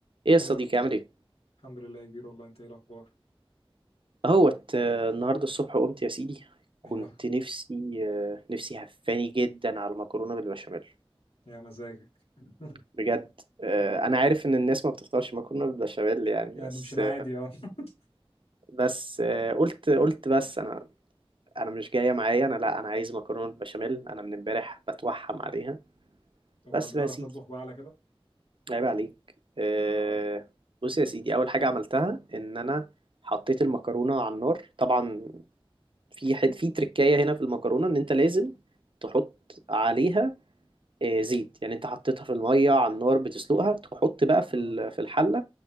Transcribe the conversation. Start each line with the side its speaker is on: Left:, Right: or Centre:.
Right: ايه يا
Left: ايه
Right: صديقي
Left: الاخبار
Right: عامل ايه
Left: الحمد لله يا كبير والله انت ايه الاخبار
Right: اهوت آه، النهارده الصبح قمت يا سيدي كنت
Left: ايوه
Right: نفسي آه، نفسي هفاني جدا على المكرونه بالبشاميل
Left: يا مزاجك <laughs>
Right: بجد آه،
Left: اه
Right: انا عارف ان الناس ما بتفطرش مكرونه بالبشاميل يعني
Left: يعني
Right: بس
Left: مش العادي
Right: آه،
Left: اه <laughs>
Right: بس آه، قلت قلت بس انا انا مش جايه معايا انا لا انا عايز مكرونه بالبشاميل انا من امبارح بتوحم عليها
Left: طب
Right: بس
Left: هل بتعرف
Right: بقى يا سيدي
Left: تطبخ بقى على كده
Right: عيب عليك آه،
Left: اه
Right: بص يا سيدي اول حاجه عملتها ان انا حطيت المكرونه على النار طبعا في حد في تركاية هنا في المكرونة ان انت لازم تحط عليها آه، زيت يعني انت حطيتها في المية على النار بتسلقها تحط بقى في
Left: اه
Right: ال- في الحلة